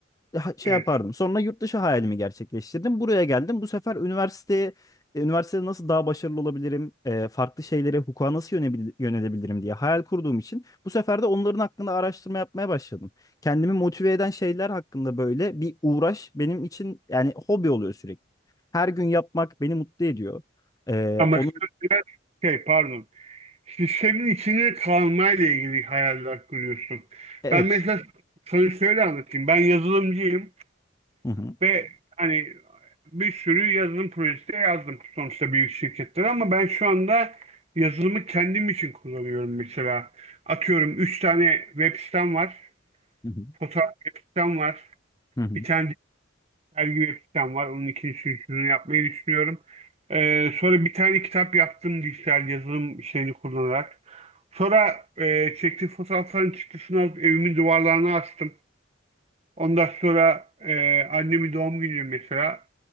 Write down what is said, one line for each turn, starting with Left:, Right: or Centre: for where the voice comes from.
Left: E, ha- Şey
Right: evet.
Left: yapardım. Sonra yurt dışı hayalimi gerçekleştirdim. Buraya geldim. Bu sefer üniversiteye e, üniversitede nasıl daha başarılı olabilirim? e, farklı şeylere, hukuka nasıl yönebil- yönelebilirim diye hayal kurduğum için bu sefer de onların hakkında araştırma yapmaya başladım. Kendimi motive eden şeyler hakkında böyle bir uğraş benim için yani hobi oluyor sürekli. Her gün yapmak beni mutlu ediyor. E,
Right: Ama
Left: onun
Right: sen biraz şey pardon. İşte senin içine kalmayla ilgili hayaller kuruyorsun.
Left: evet.
Right: Ben mesela sana şöyle anlatayım. Ben yazılımcıyım.
Left: Hı hı.
Right: Ve hani bir sürü yazılım projesi de yazdım sonuçta büyük şirketlere ama ben şu anda yazılımı kendim için kullanıyorum mesela. Atıyorum 3 tane web sitem var,
Left: Hı hı.
Right: fotoğraf web sitem var,
Left: Hı hı.
Right: bir tane dergi web sitem var. Onun ikincisini, üçüncüsünü yapmayı düşünüyorum. Ee, sonra bir tane kitap yaptım dijital yazılım şeyini kullanarak. Sonra e, çektiğim fotoğrafların çıktısını alıp evimin duvarlarına astım. Ondan sonra e, annemin doğum günü mesela